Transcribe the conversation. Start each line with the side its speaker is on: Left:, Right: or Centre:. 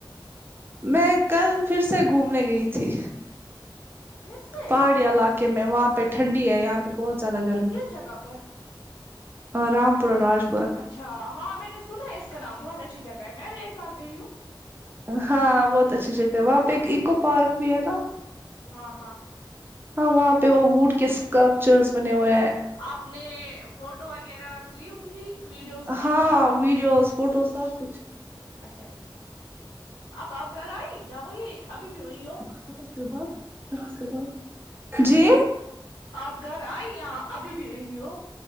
Right: میں کل پھر سے گھومنے گئی تھی
Left: پھر سے
Right: پہاڑی علاقے میں وہاں پہ ٹھنڈی ہے یہاں پہ بہت زیادہ گر
Left: کس جگہ پر
Right: رامپور راش
Left: اچھا ہاں میں نے سنا ہے اس کا نام بہت اچھی جگہ ہے میں بھی ایک بار گئی ہوں
Right: ہاں
Left: ہوں
Right: بہت اچھی جگہ ہے وہاں
Left: ہاں
Right: پہ ایک
Left: بہت
Right: اکو
Left: اچھی
Right: پارک
Left: جگہ
Right: بھی ہے نا
Left: ہاں ہاں
Right: ہاں وہاں پہ وہ ووڈ کے اسکلپچرس بنے ہوئے ہیں
Left: آپ نے فوٹو وغیرہز لی ہوں گی ویڈیوز بھی
Right: ہاں
Left: شوٹ کیے ہوں گے
Right: ویڈیوز فوٹوز سب کچھ
Left: اچھا اچھا اب آپ گھر آئی یا وہی ابھی بھی وہی ہو
Right: <unintelligible> جی
Left: آپ گھر آئے یا ابھی بھی وہی ہو